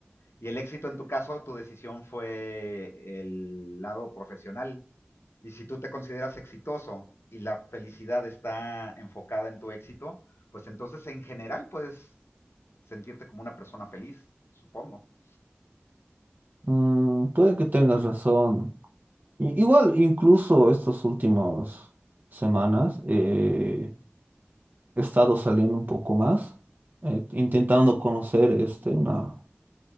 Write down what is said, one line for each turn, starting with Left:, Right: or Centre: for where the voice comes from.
Left: Y el éxito en tu caso, tu decisión fue el lado profesional. Y si tú te consideras exitoso y la felicidad está enfocada en tu éxito, pues entonces en general puedes sentirte como una persona feliz, supongo.
Right: Mm, puede que tengas razón. I- igual, incluso estas últimas semanas eh, he estado saliendo un poco más, eh, intentando conocer este, una